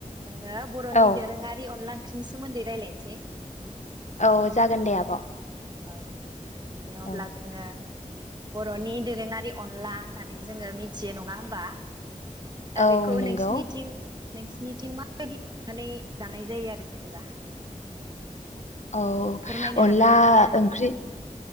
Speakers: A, on the right; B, on the left.
A: जोङो बर'नि
B: औ
A: दोरोङारि अनला ओंख्रिनि सोमोन्दै रायज्लायनोसै।
B: औ जागोन दे आब'।
A: औ। दे अब्ला
B: औ
A: जोङो बर'नि दोरोङारि अनला होननानै जोङो मिथियो नङा होमबा? दा
B: औ
A: बेखौ
B: नोंगौ
A: नोंसिनिथिं नोंसिनिथिं माबायदि माने जानाय जायो आरो जेनेबा?
B: औ औ
A: फोरमायनो
B: अनला
A: हागोन ना आगैया
B: ओंख्रि
A: उम